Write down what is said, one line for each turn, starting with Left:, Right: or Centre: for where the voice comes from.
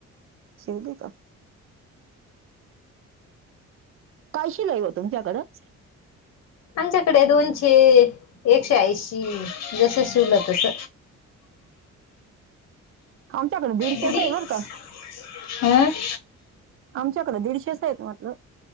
Right: शिवली का? काय शिलाई ओ तुमच्याकडं?
Left: आमच्याकडे दोनशे एकशे ऐंशी जस शिवल तस
Right: आमच्याकडे दीडशेच
Left: <unintelligible>
Right: आहे बरं का
Left: हं <inaudible>
Right: आमच्याकडे दीडशेच येत म्हटलं.